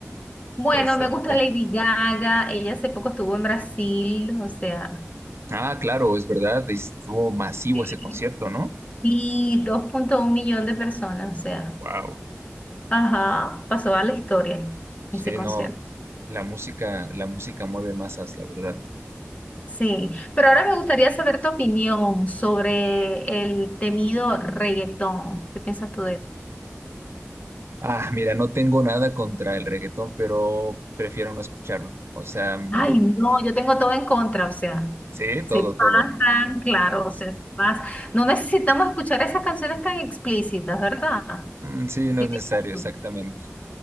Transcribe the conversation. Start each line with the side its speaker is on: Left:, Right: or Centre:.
Left: Bueno,
Right: Exacto.
Left: me gusta Lady Gaga, ella hace poco estuvo en Brasil, o sea,
Right: Ah, claro, es verdad, estuvo masivo
Left: sí,
Right: ese concierto, ¿no?
Left: y dos punto uno millón de personas, o sea,
Right: Wow.
Left: ajá, pasó a la historia
Right: Sí,
Left: ese concierto.
Right: no. La música, la música mueve masas, la verdad. <laughs>
Left: Sí, pero ahora me gustaría saber tu opinión sobre el temido reggaetón. ¿Qué piensas tú de eso?
Right: Ah, mira, no tengo nada contra el reggaetón, pero prefiero no escucharlo. O sea, mm,
Left: Ay, no, yo tengo todo en contra, o sea,
Right: sí,
Left: se
Right: todo, todo.
Left: pasan, claro, o sea, se pasan. No necesitamos escuchar esas canciones tan explícitas, ¿verdad?
Right: Mm, sí, no
Left: ¿Qué
Right: es
Left: dices
Right: necesario,
Left: tú?
Right: exactamente.